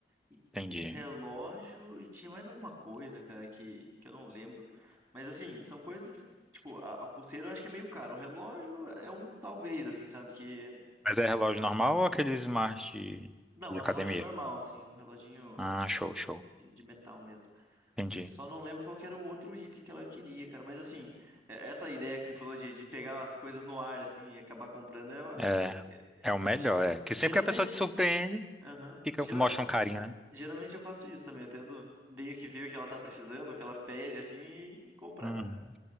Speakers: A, on the right; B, in the centre.
A: E
B: entendi.
A: um relógio e tinha mais alguma coisa, cara, que, que eu não lembro. Mas assim, são coisas. Tipo, a, a pulseira eu acho que é meio caro. O relógio é um talvez, assim, sabe? Que.
B: Mas é relógio
A: Assim,
B: normal ou aquele smart
A: não,
B: de
A: é
B: academia?
A: um relógio normal, assim, um reloginho
B: Ah, show, show.
A: de, de metal mesmo.
B: Entendi.
A: Eu só não lembro qual que era o outro item que ela queria, cara. Mas assim, é- essa ideia que você falou de, de pegar as coisas no ar, assim, e acabar comprando, é, uma-
B: É, é o melhor,
A: Ge-
B: é. Que
A: Geralmente,
B: sempre que a pessoa te surpreende,
A: Aham.
B: fica,
A: Gera-
B: mostra um carinho, né?
A: geralmente eu faço isso também. Eu tento meio que ver o que ela tá precisando, o que ela pede, assim, e, e comprar.
B: Hum.